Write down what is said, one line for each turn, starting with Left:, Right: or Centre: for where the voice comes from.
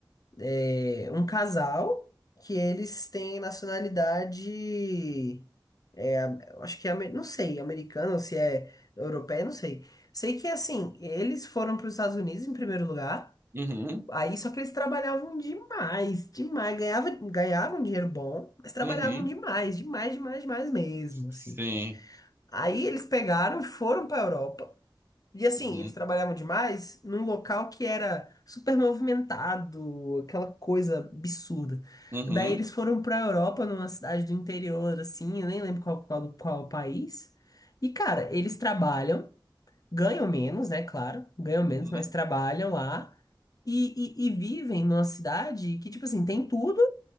Left: é, um casal que eles têm nacionalidade, é, am- eu acho que é, amer- não sei, americana ou se é europeia, não sei. Sei que assim, eles foram para os Estados Unidos em primeiro lugar.
Right: Uhum,
Left: Aí só que eles trabalhavam demais, demais. Ganhava, ganhavam dinheiro bom, mas trabalhavam
Right: uhum,
Left: demais, demais, demais, demais mesmo, assim.
Right: sim,
Left: Aí eles pegaram, e foram para Europa. E assim,
Right: uhum,
Left: eles trabalhavam demais num local que era super movimentado, aquela coisa absurda.
Right: uhum,
Left: Daí eles foram para Europa, numa cidade do interior, assim, eu nem lembro qual, qual, qual país. E cara, eles trabalham ganham menos, né? Claro, ganham
Right: uhum.
Left: menos, mas trabalham lá e, e, e vivem numa cidade que, tipo assim, tem tudo,